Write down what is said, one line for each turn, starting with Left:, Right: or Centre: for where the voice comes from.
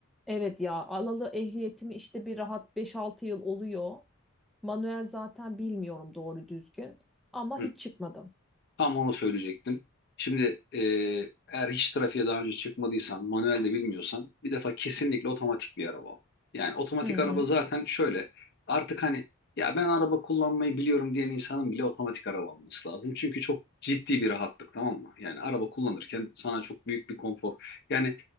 Centre: Evet ya alalı ehliyetimi işte bir rahat beş altı yıl oluyor. Manuel zaten bilmiyorum doğru düzgün ama
Left: Hı.
Centre: hiç çıkmadım.
Left: Tam onu söyleyecektim. Şimdi e, eğer hiç trafiğe daha önce çıkmadıysan, manuel de bilmiyorsan bir defa kesinlikle otomatik bir araba al. Yani otomatik
Centre: Hı
Left: araba
Centre: hı.
Left: zaten şöyle artık hani ya ben araba kullanmayı biliyorum diyen insanın bile otomatik araba alması lazım. Çünkü çok ciddi bir rahatlık tamam mı? Yani araba kullanırken sana çok büyük bir konfor. Yani